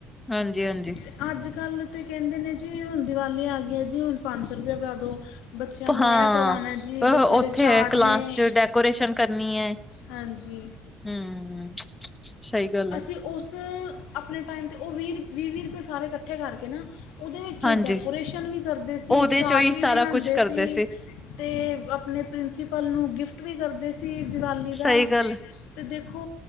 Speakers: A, on the left; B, on the left.
A: ਹਾਂਜੀ ਹਾਂਜੀ
B: ਤੇ ਅੱਜ ਕੱਲ੍ਹ ਤਾਂ ਕਹਿੰਦੇ ਨੇ ਜੀ ਹੁਣ ਦੀਵਾਲੀ ਆ ਗਈ ਹੈ ਜੀ ਹੁਣ ਪੰਜ ਸੌ ਰੁਪਇਆ ਪਾ ਦਿਉ। ਬੱਚਿਆਂ ਨੂੰ
A: ਹਾਂ।
B: ਇਹ ਕਰਵਾਣਾ ਜੀ ਬੱਚਿਆਂ
A: ਉੱਥੇ
B: ਦੇ ਚਾਟ
A: ਕਲਾਸ
B: ਨੇ।
A: ਚ ਡੈਕੋਰੇਸ਼ਨ ਕਰਨੀ ਹੈ
B: ਹਾਂਜੀ
A: ਹਮ ਸਹੀ ਗੱਲ
B: ਅਸੀਂ
A: ਆ।
B: ਉਸ ਆਪਣੇ ਟਾਈਮ 'ਤੇ ਉਹ ਵੀਹ ਵੀਹ ਵੀਹ ਰੁਪਏ ਸਾਰੇ ਇਕੱਠੇ ਕਰਕੇ ਨਾ। ਉਹਦੇ ਵਿੱਚ
A: ਹਾਂਜੀ।
B: ਡੈਕੋਰੇਸ਼ਨ ਵੀ ਕਰਦੇ ਸੀ
A: ਉਹਦੇ
B: ਚਾਟ
A: ਚੋਂ ਹੀ
B: ਵੀ
A: ਸਾਰਾ
B: ਬਣਾਉਂਦੇ
A: ਕੁਛ ਕਰਦੇ
B: ਸੀ। ਅਤੇ ਆਪਣੇ ਪ੍ਰਿੰਸੀਪਲ ਨੂੰ ਗਿਫਟ ਵੀ ਕਰਦੇ ਸੀ ਦਿਵਾਲੀ ਦਾ।
A: ਸਹੀ ਗੱਲ।
B: ਅਤੇ ਦੇਖੋ